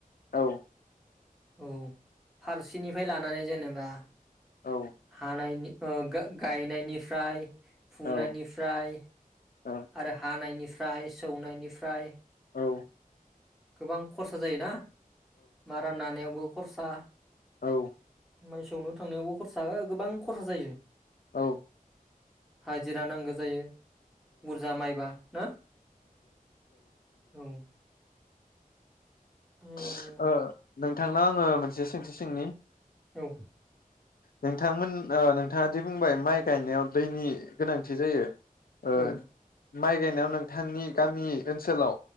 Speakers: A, on the left (about 80°); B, in the centre.
A: औ
B: औ फारसेनिफ्राय लानानै जेनेबा
A: औ
B: हानायनि ओ गा गायनायनिफ्राय फुनायनिफ्राय
A: औ औ
B: आरो हानायनिफ्राय सौनायनिफ्राय
A: औ
B: गोबां खरसा जायोना। मारनानायावबो खरसा
A: औ
B: माइसौनो थांनायावबो खरसा ओ गोबां खरसा जायो।
A: औ
B: हाजिरा नांगौ जायो। बुरजा माइबा ना औ <inaudible> उम,
A: <unintelligible> ओ नोंथांनाव आंङो मोनसे सोंथि सोंनि
B: औ
A: नोंथांमोन ओ नोंथाङा दि बुंबाय माइ गायनायाव दैनि गोनांथि जायो ओ
B: औ
A: माइ गायनायाव नोंथांनि गामि ओनसोलाव